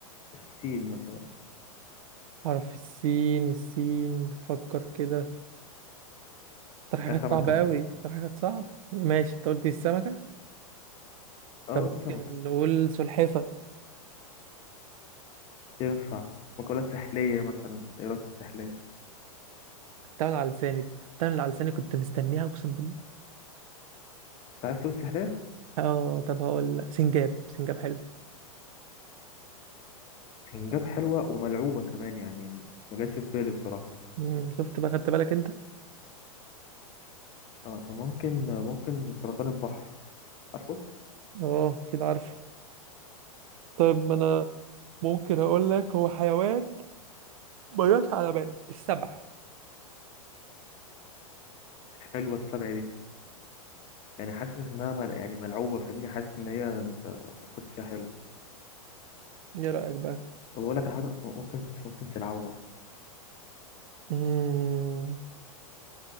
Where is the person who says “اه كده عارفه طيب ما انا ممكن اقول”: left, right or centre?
Right